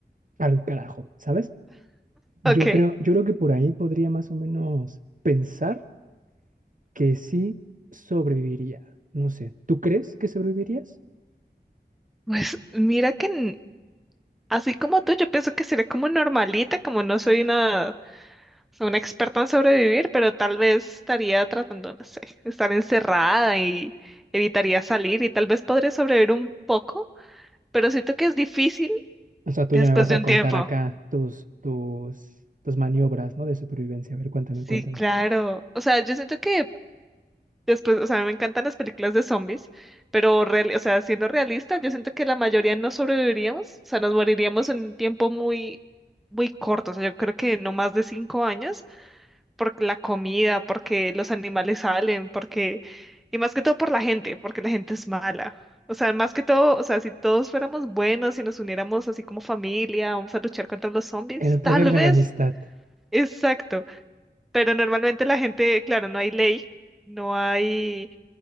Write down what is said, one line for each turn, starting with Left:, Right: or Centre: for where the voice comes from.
Right: al carajo, ¿sabes? Yo
Centre: Ok,
Right: creo, yo creo que por ahí podría más o menos pensar que sí sobreviviría. No sé, ¿tú crees que sobrevivirías?
Centre: pues mira que n- así como tú, yo pienso que sería como normalita, como no soy una, una experta en sobrevivir, pero tal vez estaría tratando, no sé, estar encerrada y evitaría salir y tal vez podría sobrevivir un poco, pero siento que es difícil
Right: O sea, tú
Centre: después
Right: ya me vas
Centre: de
Right: a
Centre: un
Right: contar
Centre: tiempo.
Right: acá tus, tus, tus maniobras, ¿no? De supervivencia. A ver, cuéntame,
Centre: Sí,
Right: cuéntame.
Centre: claro. O sea, yo siento que Después, o sea, a mí me encantan las películas de zombies, pero real- o sea, siendo realistas, yo siento que la mayoría no sobreviviríamos, o sea, nos moriríamos en un tiempo muy, muy corto, o sea, yo creo que no más de cinco años, porque la comida, porque los animales salen, porque, y más que todo por la gente, porque la gente es mala. O sea, más que todo, o sea, si todos fuéramos buenos si nos uniéramos así como familia, vamos a luchar contra los zombies,
Right: El poder
Centre: tal
Right: de
Centre: vez,
Right: la amistad.
Centre: exacto, pero normalmente la gente, claro, no hay ley, no hay